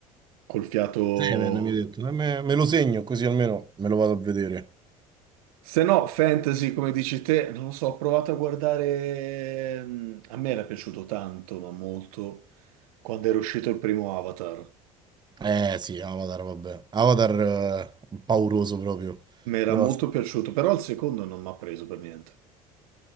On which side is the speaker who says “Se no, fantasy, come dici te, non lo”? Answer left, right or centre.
Right